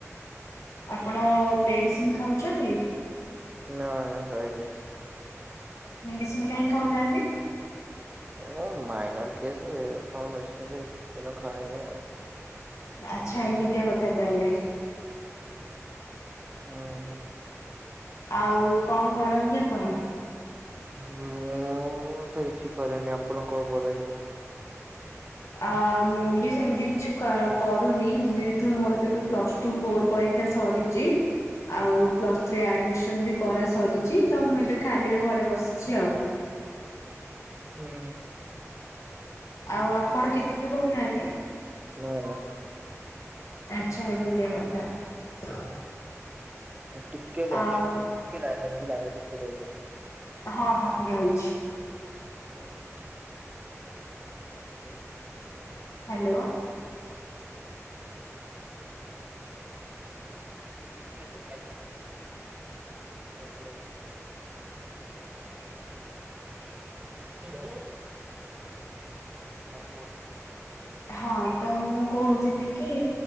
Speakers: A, on the left; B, on the right.
A: ଆପଣ ମେଡ଼ିସିନ୍ ଖାଉଚନ୍ତି?
B: ନାଁ ନାଁ ଖାଇନି।
A: ମେଡ଼ିସିନ୍ କାଇଁ ଖାଉନାହାନ୍ତି?
B: ଏ ମାଇନର କେସ୍ କଣ ମେଡ଼ିସିନ୍ ଖାଇବୁ, ମୁତ ଖାଏନି ଆଉ।
A: ଆଚ୍ଛା ଏମିତିଆ କଥା ତାହେଲେ।
B: ହୁଁ।
A: ଆଉ କଁ କରନ୍ତି ଆପଣ?
B: ମୁଁତ କିଛି କରେନି, ଆପଣ କଁ କରନ୍ତି, କୁହନ୍ତୁ?
A: ଆ ମୁଁବି ସେମିତି କିଛି କ କରୁନି ଯେହେତୁ ମୋରତ ଏବେ ପ୍ଲସ୍ ଟୁ ଫୋର ପରୀକ୍ଷା ସରି ଚି ଆଉ ପ୍ଲସ୍ ଥ୍ରୀ ଆଡମିସନବି କରା ସରିଚି, ତ ମୁଁଏବେ ଖାଲିରେ ଘରେ ବସିଛି ଆଉ।
B: ହୁଁ।
A: ଆଉ ଆପଣ କିଛିବି କରୁନାହାନ୍ତି?
B: ନାଁ ନାଁ।
A: ଆଚ୍ଛା ଏମିତିଆ କଥା ତ
B: ଟିକେ ଲାଇନରେ
A: ଆଉ
B: ରୁହନ୍ତୁ, ଟିକେ ଲାଇନିରେ ରହିବେ, ଲାଇନିରେ ଟିକେ ରହିବେ।
A: ହଁ ହଁ ମୁଁ ରହିଛି।
B: <unintelligible> ହାଲୋ।
A: ହାଲୋ।
B: ଟିକେ ରୁହନ୍ତୁ <unintelligible>
A: <inaudible>
B: <unintelligible> ହଁ କୁହନ୍ତୁ?
A: ହଁ ତ ମୁଁ କହୁଥିଲିକି